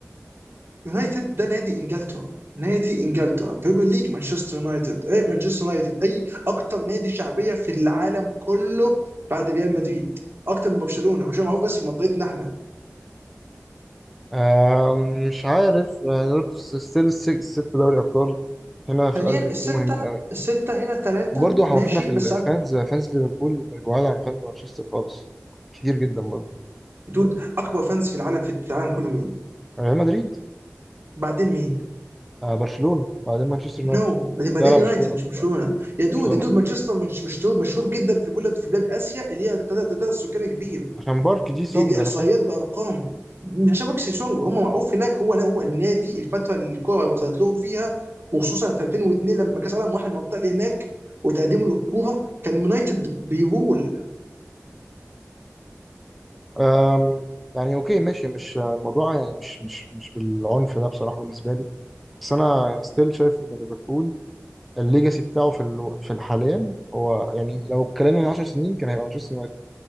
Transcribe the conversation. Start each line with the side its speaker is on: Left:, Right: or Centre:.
Right: يونايتد ده نادي انجلترا نادي انجلترا بريمير ليج مانشستر يونايتد اي مانشستر يونايتد اي اكتر نادي شعبيه في العالم كله بعد ريال مدريد اكتر من برشلونه برشلونه معروف بس في منطقتنا احنا
Centre: آه مش عارف آه برضه ستيل الست دوري ابطال هنا في
Right: ثانيا
Centre: الارجيومنت
Right: السته
Centre: دي مهمين قوي
Right: السته هنا ثلاثه
Centre: وبرضه على
Right: ماشي
Centre: فكرة في ال-
Right: بس
Centre: الفانز
Right: عندك
Centre: فانز ليفربول مش بعاد عن فانز مانشستر خالص كتير جدا برضه
Right: دود اكبر فانس في العالم في العالم كله مين؟
Centre: ريال مدريد
Right: بعدين مين؟
Centre: آه برشلونة بعدين مانشستر يونايتد
Right: نو no. بعدين
Centre: لا لا برشلونة
Right: يونايتد مش
Centre: برشلونة
Right: برشلونه يا دود
Centre: برشلونة
Right: يا دود مانشستر مش مشهور مشهور جدا في بلاد في بلاد اسيا اللي هي تعداد تعداد السكان كبير
Centre: عشان بارك جي سونج
Right: دي دي
Centre: أنا
Right: احصائيات
Centre: فاهم
Right: بارقام مش عشان بكسي سونج هم معروف هناك هو هو النادي الفتره اللي الكوره وصلت لهم فيها وخصوصا في 2002 لما كاس العالم واحد المنطقه اللي هناك وتقدمه للكوره كان يونايتد بيرول
Centre: أم، يعني أوكي ماشي مش الموضوع يعني مش مش مش بالعنف ده بصراحة بالنسبة لي بس أنا يعني ستيل شايف إن ليفربول الليجاسي بتاعه في الو... في الحاليا هو يعني لو اتكلمنا من 10 سنين كان هيبقى مانشستر يونايتد